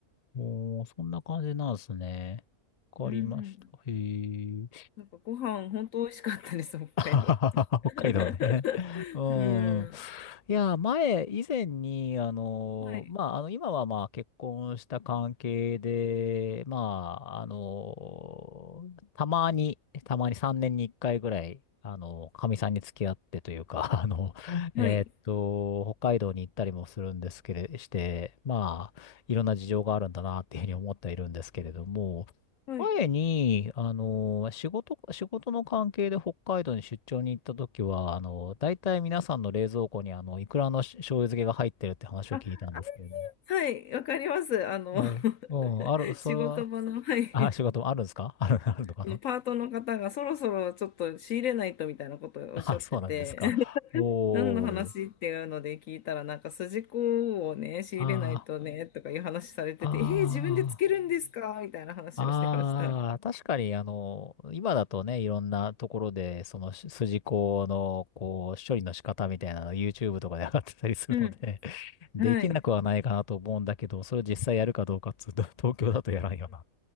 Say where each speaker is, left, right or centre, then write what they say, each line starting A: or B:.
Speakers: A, on the left (about 50°); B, on the left (about 65°).
A: もう、そんな感じなんですね。わかりました。
B: うんうん。
A: へえ。
B: なんかご飯本当美味しかったです、北海道。
A: <laughs> あははは北海道ね。
B: <laughs>
A: <laughs> う
B: うん。
A: ん。いや、前、以前に、あの、
B: はい。
A: まあ、あの、今はまあ、結婚した関係で、まあ、あの、たまに、たまに3年に1回ぐらい、あの、かみさんに付き合ってというか、<laughs> あの、えーっと、
B: はい。
A: 北海道に行ったりもするんですけれ、して、まあ、いろんな事情があるんだなっていうふうに思ってはいるんですけれども、
B: はい。
A: 前に、あの、仕事、仕事の関係で北海道に出張に行った時は、あの、大体皆さんの冷蔵庫に、あの、いくらのし醤油漬けが入ってるって話を聞いたんですけれども。
B: あ、あ、はい。わかります。あの、
A: はい。
B: <laughs>
A: うん、ある、それは、
B: 仕事場の、はい。
A: あ、仕事もあるんですか <laughs> ある、あるのかな
B: あの、パートの方がそろそろちょっと仕入れないとみたいなことをおっしゃってて、
A: <laughs> あ、そうなんですか。
B: <laughs>
A: おー。
B: 何の話っていうので聞いたら、なんか筋子をね、仕入れないとね、
A: あ
B: とかいう話されてて、
A: あ、ああ。
B: えー、自分でつけるんですかみたいな話をしてました。
A: ああ、確かに、あの、今だとね、いろんなところで、そのす筋子の、こう、処理の仕方みたいなの YouTube とかで上がってたりするので、
B: うん。
A: <laughs> できなくはないかなと思うんだけど、
B: はい。い
A: それを実際やるかどうかっつうと、<laughs> 東京だとやらんよな。